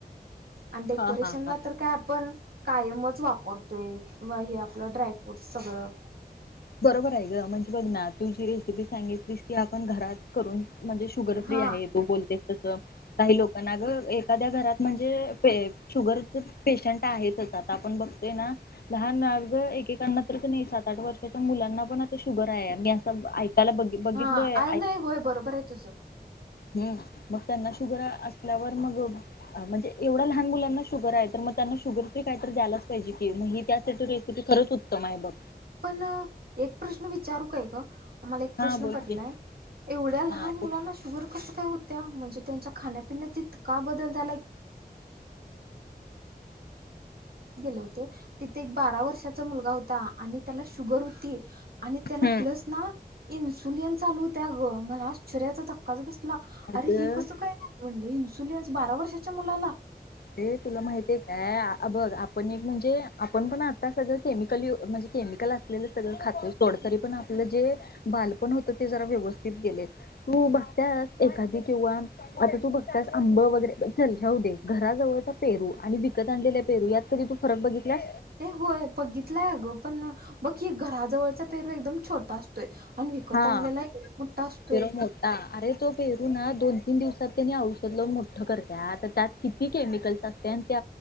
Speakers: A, on the right; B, on the left.
A: आणि डेकोरेशनला
B: हा हा हा
A: तर काय आपण कायमच वापरतोय हे आपलं ड्रायफ्रूट सगळं
B: बरोबर आहे ग म्हणजे बघ ना तू जी रेसिपी सांगितलीस ती आपण घरात करून म्हणजे शुगर
A: हा
B: फ्री आहे तू बोलतेस तसं काही लोकांना ग एखाद्या घरात म्हणजे शुगर पेशंट च आता आपण बघतोय ना लहान मग एकेकांना तर नाही सात आठ वर्ष मुलांना पण आता शुगर आहे म असं बघ बघितलोय
A: हा आहे नाही होय बरोबर आहे तुझं
B: हम् मग त्यांना शुगर असल्यावर मग म्हणजे एवढा लहान मुलांना शुगर आहे तर मग ग त्यांना शुगर फ्री कायत द्यालाच पाहिजे की मग ही त्यासाठी रेसिपी खरंच उत्तम आहे बघ
A: पण एक प्रश्न विचारू काय ग आमला एक प्रश्न
B: हा बोल
A: पडलाय
B: की
A: एवढ्या लहान
B: हा
A: मुलांना
B: बोल
A: शुगर कस काय होत्या म्हणजे त्यांच्या खाण्यापिण्याची इितका बदल ज हो तथ बारा वर्षाचा मुलगा होता आणि त्याला शुगर होती आणि त्याला
B: हम्म
A: प्लस ना इन्सुलिन चालू त्या ग मला शऱ्याचा धक्काच बसत
B: अगं
A: अरे हे कस काय झा म्हण इन्सुलिन्स बारा वर्षाच्या मुलाला
B: ते तुला माहतीये काय बघ आपण एक म्हणजे आपण पण आता सगळं केमिकल य म्हणजे केमिकल असलेलं सगळं खात सोडत तरी पण आपलं जे बालपण होत ते जरा व्यवस्थित गेले तू बघतास एखादी किंवा आता तू बघतास आंब वगैरे चल जाऊ दे घराजवळचा पेरू आणि विकत आणलेल्या पेरू यात कधी तू फरक बघितलास
A: हे होय बघितलंय अगं पण बघी घराजवळचा पेरवा एकदम छोटा असतोय आणिन् विकत
B: हा
A: आणलेला इकड मोठा असतोय
B: पेरू मोठा अरे तो पेरू ना दोन तीन दिवसात त्यांनी औषध लावून मोठं करत त्यात किती केमिकल्स असते